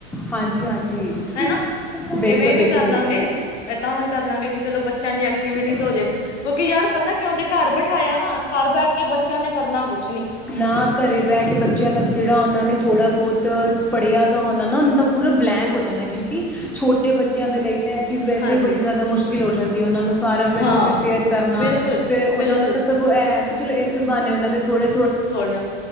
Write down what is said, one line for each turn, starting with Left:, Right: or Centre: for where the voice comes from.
Centre: ਹਾਂਜੀ ਹਾਂਜੀ
Left: ਹਨਾ
Centre: ਬਿਲਕੁਲ
Left: ਇਵੇਂ ਵੀ
Centre: ਬਿਲਕੁਲ
Left: ਕਰ ਲਾਂਗੇ ਏਦਾਂ ਹੀ ਕਰ ਲਾਂਗੇ ਕਿ ਚਲੋ ਬੱਚਿਆਂ ਦੀ ਐਕਟੀਵਿਟੀਜ਼
Centre: ਹਾਂਜੀ
Left: ਹੋ ਜੇ ਕਿਉਂਕਿ ਯਾਰ ਪਤਾ ਕੀ ਜੇ ਘਰ ਬਿਠਾਇਆ ਨਾ ਘਰ ਬੈਠ ਕੇ ਬੱਚਿਆਂ ਨੇ ਕਰਨਾ ਕੁੱਝ
Centre: ਨਾ ਘਰੇ ਬਹਿ ਕੇ ਬੱਚਿਆਂ ਦਾ ਜਿਹੜਾ ਉਹਨਾਂ ਨੇ ਥੋੜ੍ਹਾ ਬਹੁਤ ਪੜ੍ਹਿਆ ਦਾ ਹੁੰਦਾ ਨਾ ਉਹਨਾਂ ਦਾ ਪੂਰਾ ਬਲੈਂਕ ਹੋ ਜਾਂਦਾ ਕਿਉਂਕਿ ਛੋਟੇ ਬੱਚੇ ਬੱਚਿਆਂ ਦੇ ਲਈ ਤਾਂ ਇਹ ਚੀਜ਼ ਵੈਸੇ
Left: ਹਾਂਜੀ
Centre: ਹੀ ਬੜੀ ਜ਼ਿਆਦਾ ਮੁਸ਼ਕਿਲ ਹੋ ਜਾਂਦੀ ਹੈ ਉਹਨਾਂ ਨੂੰ ਸਾਰਾ ਫਿਰ
Left: ਹਾਂ
Centre: ਤੋਂ ਪ੍ਰੀਪੇਅਰ ਕਰਨਾ
Left: ਬਿਲਕੁਲ
Centre: ਫੇਰ ਉਹਨਾਂ
Left: ਬਿਲਕੁਲ
Centre: ਨੂੰ ਤਾਂ ਸਗੋਂ ਇਹ ਕਿ ਚਲੋ ਇਸ ਬਾਨੇ ਉਹਨਾਂ ਦੇ ਥੋੜੇ
Left: ਥੋੜ੍ਹਾ ਜਿਹਾ